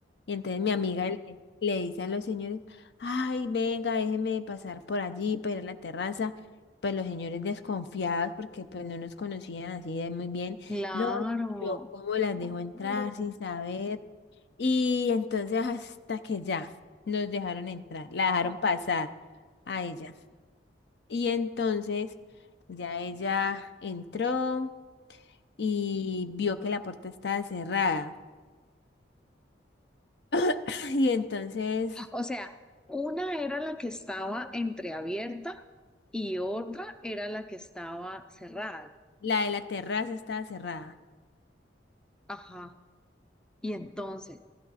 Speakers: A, on the left (about 60°); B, in the centre.
A: Y entonces mi amiga le, le dice a los señores, ay, venga, déjeme pasar por allí para ir a la terraza. Pues los señores desconfiados porque pues no nos conocían así de muy bien.
B: Claro.
A: No, yo cómo las
B: Ujú.
A: dejo entrar sin saber. Y entonces hasta que ya nos dejaron entrar, la dejaron pasar a ella. Y entonces ya ella entró y vio que la puerta estaba cerrada. <laughs> Y entonces
B: O sea, una era la que estaba entreabierta y otra era la que estaba cerrada.
A: la de la terraza estaba cerrada.
B: Ajá. Y entonces,